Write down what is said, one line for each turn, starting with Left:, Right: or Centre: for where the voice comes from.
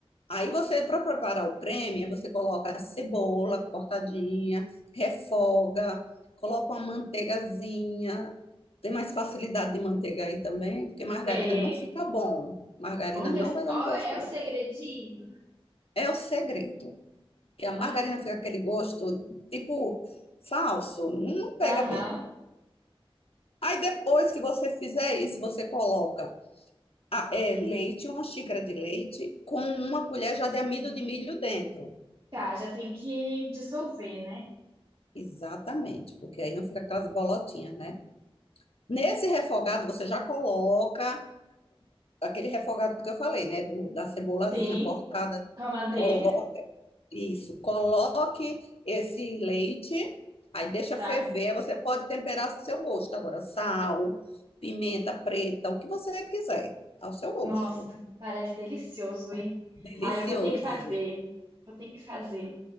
Left: Aí você, para preparar o creme, aí você coloca a cebola cortadinha, refoga, coloca uma manteigazinha. Tem mais facilidade de manteiga aí também, porque margarina
Right: sei.
Left: não fica bom. Margarina
Right: Olha,
Left: não vai dar
Right: ó,
Left: um gosto
Right: é o
Left: bom.
Right: segredinho.
Left: É o segredo, que a margarina
Right: Ai, que-
Left: fica aquele gosto tipo falso, não pega
Right: aham.
Left: bem. Aí depois que você fizer isso, você coloca a- é, leite, uma xícara de leite, com uma colher já de amido de milho dentro.
Right: Tá, já tem que dissolver, né?
Left: Exatamente, porque aí não fica aquelas bolotinhas, né? Nesse refogado você já coloca aquele refogado que eu falei, né? Do, da cebolazinha
Right: Sim,
Left: cortada.
Right: com a manteiga,
Left: Coloque isso, coloque esse leite, aí deixa
Right: tá?
Left: ferver. Aí Você pode temperar ao seu gosto agora, sal, pimenta preta, o que você quiser, ao seu gosto.
Right: Nossa, parece delicioso, hein?
Left: Delicioso.
Right: Ah, eu vou ter que fazer. Vou ter que fazer.